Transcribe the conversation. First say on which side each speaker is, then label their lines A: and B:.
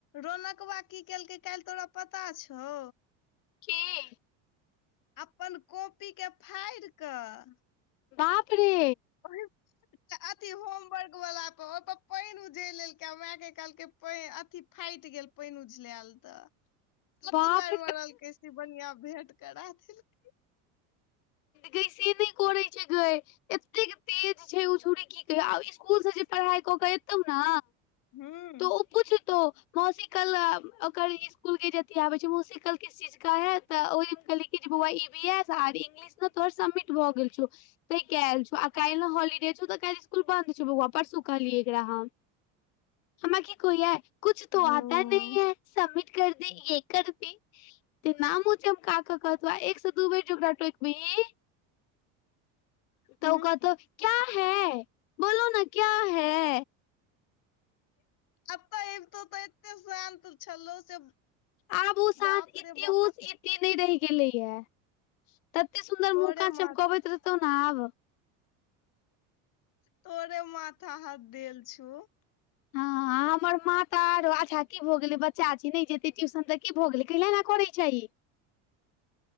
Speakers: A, on the left; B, on the left.
A: रौनकनकबा की केलकै काइल तोरा पता छौ
B: की
A: अपन कॉपी के फाड़ि कऽ
B: बाप रे
A: <unintelligible> अथी होमवर्क वला पर ओतो पानि उझलि लेलकै मायके कहलकै अथी फाटि गेल पानि उझलायल तऽ
B: बाप
A: त मारि मारलकै शिवनीया भेंट करा देलकै।
B: गै से नहि करैत छै गए एतेक तेज छै ओ छोरी की कहियौ आब इसकुलसँ जे पढ़ाइ कऽ केऽ एतौ ने
A: हूँ
B: तऽ ओ पुछतो मौसी कल ओकर स्कूल के जे अथी आबै छै मौसी कल किस चीज का है तऽ ओहि कहलियै कि जे बौआ ई बी एस आर इंगलिश मे तोहर सबमिट भऽ गेल छौ तैं कयल छौ आ काल्हि हॉलीडे छौ तऽ काल्हि स्कुल बन्द छौ बौआ परसू कहलियै एकरा हम हमरा की कोहैया कुछ
A: हूँ
B: तो आता नही हैं। समिट कर दी ये कर दी ते <unintelligible> नामो का कहतै आ एक से दू बेर ओकरा टोकी बिही त
A: हूँ
B: उ कहतौ क्या हैं बोलो न क्या है?
A: अतऽ अबितौ तऽ एते शान्त छलौ से
B: आब ओ शान्त
A: बाप
B: एते
A: रे बौका
B: उस एते नहि रहि गेलैया तते सुंन्दर
A: तोरे
B: मुँह कान
A: मा
B: चमकबैत रहतौ ने आब
A: तोरे माथा हाथ देल छो।
B: हँ हमर मात ता आरो अच्छा भऽ गेलै बच्चा छै नहि जेते ट्यूशन तऽ की भऽ गेलै कहले करै छै ई।